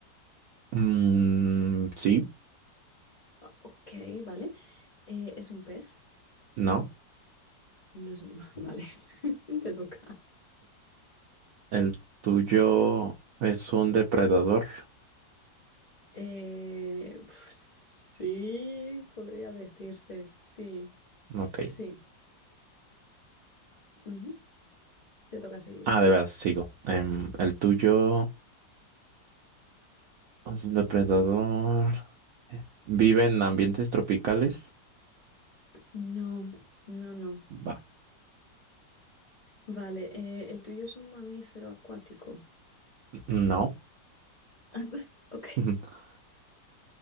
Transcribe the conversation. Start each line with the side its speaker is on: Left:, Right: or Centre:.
Right: Mm, sí,
Left: O- ok, vale. Eh, ¿es un pez?
Right: no.
Left: No es un... <laughs> Vale, <laughs> te toca.
Right: El tuyo es un depredador.
Left: Eh, pf, sí, podría decirse, sí,
Right: Ok.
Left: sí. Ujú, Te toca seguir.
Right: Ah, de veras, sigo. Em, el tuyo es un depredador. ¿Vive en ambientes tropicales?
Left: No, no, no.
Right: Va.
Left: Vale, eh, el tuyo es un mamífero acuático.
Right: No.
Left: <laughs> Ok.
Right: <laughs>